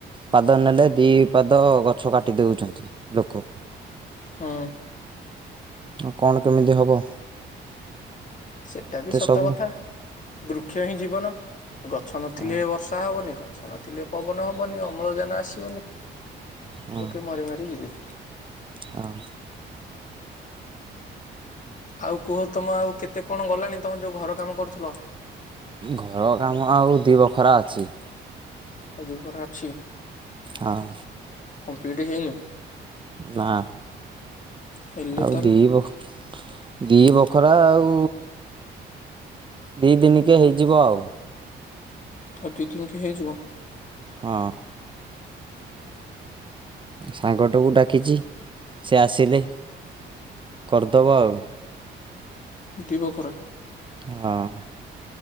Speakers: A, on the right (about 25°); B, on the left (about 40°).
A: ପାଦ ନେଲେ ଦି ପାଦ ଗଛ କାଟି ଦେଉଛନ୍ତି ଲୋକ।
B: ହୁଁ।
A: ଆଉ କଣ କେମିତି ହବ?
B: ସେଟା ବି ସତ
A: ସବୁ
B: କଥା, ବୃକ୍ଷ ହିଁ ଜୀବନ ଗଛ ନଥିଲେ
A: ହଁ
B: ବର୍ଷ ର୍ଶା ହବନି, ଗଛ ନଥିଲେ ପବନ ହବନି, ଅମ୍ଳଜାନ ଆସିବନି।
A: ହଁ
B: ଲୋକେ ମରି ମାରି ଯିବେ।
A: ହଁ।
B: ଆଉ କୁହ ତମ ଆଉ କେତେ କଣ ଗଲାଣି ତମ ଯୋଉ ଘର କାମ କରୁଥିଲ।
A: ଘର କାମ ଆଉ ଦିଇ ବଖରା ଅଛି।
B: ଆଉ ଦିଘରା ଅଛି।
A: ହଁ।
B: କମ୍ପ୍ଲିଟ୍ ହେଇନି।
A: ନା।
B: ହେଲେ
A: ଆଉ
B: ତାହେଲେ
A: ଦିିବଖ ଦି ବଖରା ଆଉ ଦି ଦିନିକେ ହେଇଯିବ ଆଉ।
B: ଆଉ ଦି ଦିନ କେ ହେଇଯିବ।
A: ହଁ। ସାଙ୍ଗଟକୁ ଡାକିଛି, ସେ ଆସିଲେ, କରିଦବ ଆଉ।
B: ଦି ବଖରା।
A: ହଁ।